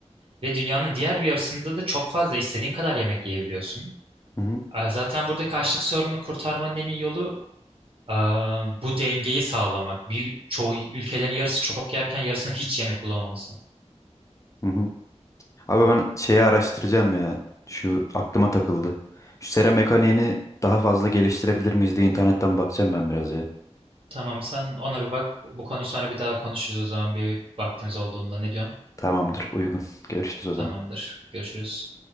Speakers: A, on the right; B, on the left.
A: Ve dünyanın diğer bir yarısında da çok fazla istediğin kadar yemek yiyebiliyorsun.
B: Hı hı.
A: Ee, Zaten buradaki açlık sorununu kurtarmanın en iyi yolu ee, bu dengeyi sağlamak. Bir, çoğu ülkelerin yarısı çok yerken yarısının hiç yemek bulamaması.
B: Hı hı. Abi ben şeyi araştıracağım ya. Şu aklıma takıldı. Şu sera mekaniğini daha fazla geliştirebilir miyiz diye internetten bakacağım ben biraz ya.
A: Tamam sen ona bir bak. Bu konuyu sonra bir daha konuşuruz o zaman bir vaktimiz olduğunda ne diyorsun?
B: Tamamdır, uygun. <laughs> Görüşürüz o
A: Tamamdır.
B: zaman.
A: Görüşürüz.